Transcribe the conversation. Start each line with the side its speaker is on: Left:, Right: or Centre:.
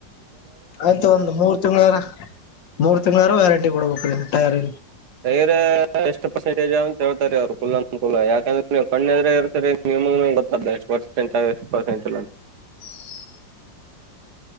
Left: ಆಯ್ತು ಒಂದು ಮೂರ್ ತಿಂಗಗಳಾರ ಮೂರ್ ತಿಂಗಗಳಾರ ವ್ಯಾರಂಟಿ ಕೊಡ್ಬೇಕ್ರೀ ಟೈರಿ
Right: ತೈರ ಎಷ್ಟು ಪರ್ಸೆಂಟಜ್ ಅಂತ ಹೇಳ್ತಾರೆ ಅವ್ರು ಕುಲ್ ಅನುಕೂಲ ಯಾಕಂದ್ರೆ ನೀವು ಕಣ್ಣೆ್ರೆ ಇರ್ತ ನಿ ಗೊತ್ತ ಎಷ್ಟ ಪರ್ಸೆಂಟ್ ಎಷ್ಟು ಪರ್ಸೆಂಟ್
Left: <unintelligible>